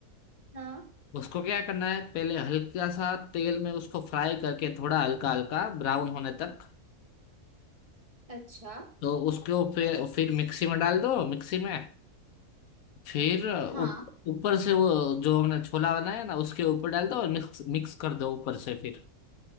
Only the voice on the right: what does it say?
हाँ
अच्छा
हाँ